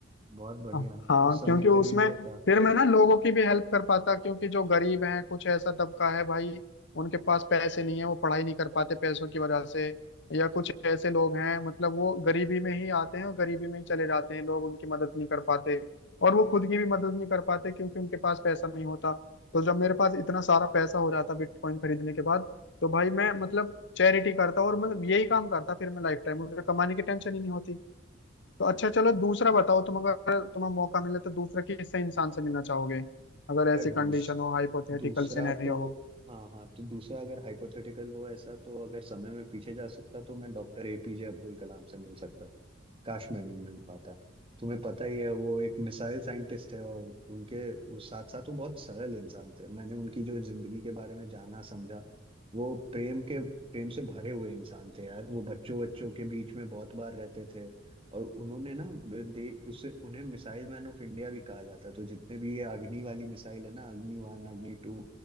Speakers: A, on the right; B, on the left.
A: बहुत बढ़िया
B: हाँ
A: उस समय
B: क्योंकि उसमें
A: खरीद लेता
B: फिर मैं ना लोगों की भी हेल्प कर पाता क्योंकि जो गरीब हैं कुछ ऐसा तबका है भाई उनके पास पैसे नहीं है वो पढ़ाई नहीं कर पाते पैसों की वजह से या कुछ ऐसे लोग हैं मतलब वो गरीबी में ही आते हैं और गरीबी में ही चले जाते हैं लोग उनकी मदद नहीं कर पाते और वो खुद की भी मदद नहीं कर पाते क्योंकि उनके पास पैसा नहीं होता तो जब मेरे पास इतना सारा पैसा हो जाता बिटकॉइन खरीदने के बाद तो भाई मैं मतलब चैरिटी करता और मैं यही काम करता फिर मैं लाइफ टाइम मुझे कमाने की टेंशन ही नहीं होती तो अच्छा चलो दूसरा बताओ तुम अगर तुम्हें मौका मिले तो दूसरा किससे इंसान से मिलना चाहोगे अगर
A: यार
B: ऐसी
A: दूस
B: कंडीशन हो हाइपोथेटिकल
A: दूसरा
B: सिनेरियो
A: तो
B: हो
A: हाँ हाँ तो दूसरा अगर हाइपोथेटिकल हो ऐसा तो अगर समय में पीछे जा सकता तो मैं डॉक्टर एपीजे अब्दुल कलाम से मिल सकता काश मैं भी मिल पाता तुम्हें पता ही है वो एक मिसाइल साइंटिस्ट है और उनके उस साथ साथ वो बहुत सरल इंसान थे मैंने उनकी जो जिंदगी के बारे में जाना समझा वो प्रेम के प्रेम से भरे हुए इंसान थे यार वो बच्चों बच्चों के बीच में बहुत बार रहते थे और उन्होंने ना दे उसे उन्हें मिसाइल मैन ऑफ इंडिया भी कहा जाता है तो जितने भी ये अग्नि वाली मिसाइल है ना अग्नि वन अग्नि टू